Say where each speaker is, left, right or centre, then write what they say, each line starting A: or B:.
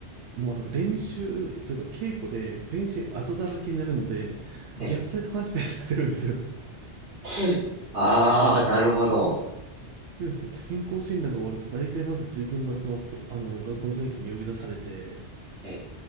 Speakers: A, on the right (about 80°); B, on the right (about 60°).
A: もうあの練習というか稽古で全身あざだらけになるので、
B: え、
A: 虐待と勘違いされるんですよ。
B: ええ。ああ、なるほど。
A: <laughs> で、その健康診断が終わると大体まず自分がその、ほあの、学校の先生に呼び出されて、
B: ええ。